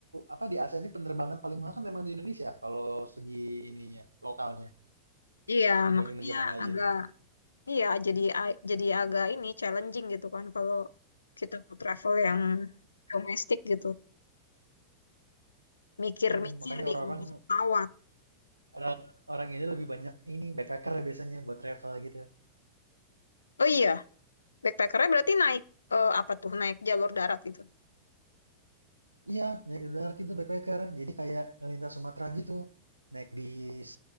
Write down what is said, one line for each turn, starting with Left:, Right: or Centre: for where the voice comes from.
Right: apa, di Asia ini penerbangan paling mahal kan memang di Indonesia kalau segi ininya, lokalnya,
Left: Iya,
Right: dibanding
Left: makanya
Right: negara lain.
Left: agak iya jadi a- jadi agak ini challenging gitu kan kalau kita mau travel yang domestik gitu. Mikir-mikir
Right: Iya, makanya
Left: di
Right: orang-orang
Left: ongkos pesawat.
Right: orang orang ini lebih banyak ini, backpacker biasanya buat travel gitu.
Left: Oh iya, Backpackernya berarti naik eh, apa tuh? Naik jalur darat gitu.
Right: Iya, naik darat itu backpacker. Jadi kayak ngelintas Sumatera gitu, naik bis,